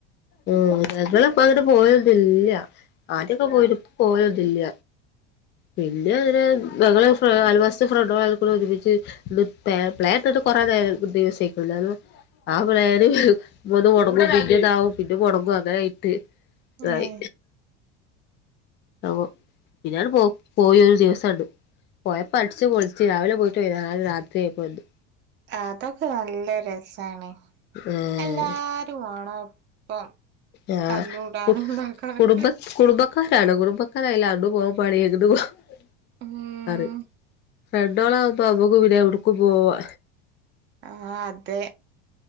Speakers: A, on the left; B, on the right.
A: ഉം ഞങ്ങൾ അങ്ങട്ട് പോവാലൊന്നുല്ല. ആദ്യൊക്കെ പോയിനി പ്പൊ പോവലോന്നില്ല. പിന്നെ അങ്ങനെ ഞങ്ങൾ അയൽവാസി ഫ്രണ്ടേളോക്കൂടെ ഒരുമിച്ച്. പ്ലാനറ്റിട്ട് കൊറേ നേരം ദിവസായിക്ക്ണു ന്നാലും. ആഹ് പ്ലാൻ ഒന്ന് മുടങ്ങും പിന്നെ ഇതാവും പിന്നെ മുടങ്ങും അങ്ങന ആയിട്ട് തായി
B: ഏ
A: അപ്പോ പിന്നാണ്ട് പോ പോയി ഒരു ദിവസം ആണ്ട് പോയപ്പോ അടച്ച് പൊളിച്ച രാവിലെ പോയിട്ട് രാത്രി ആയപ്പോ എത്തി
B: അതൊക്കെ നല്ല രസമാണ്
A: ഏഹ്
B: എല്ലാരും വാണോ ഒപ്പം.
A: ആഹ്
B: തല്ലൂടാനും
A: കു
B: ഇതാക്കാനൊക്കെ
A: കുടുംബ കുടുംബ. <unintelligible>
B: ഉം
A: ഫ്രണ്ടോള ആകുമ്പോമ്മക്ക് പിന്ന എവിടുക്ക് പോവാ.
B: ആഹ് അതെ.